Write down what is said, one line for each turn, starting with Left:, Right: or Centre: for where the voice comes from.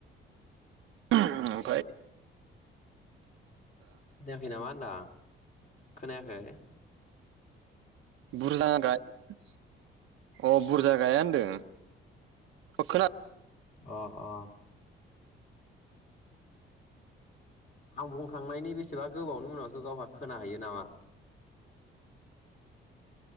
Right: <unintelligible> ओमफाय?
Left: खोनायाखै नामा होनदां खोनायाखै?
Right: बुरजा गायो अ बुरजा गाया होनदों। अ' खोना
Left: अ' अ' आं बुंखांनायनि बेसेबा गोबावनि उनावसो गावहा खोनाहैयो नामा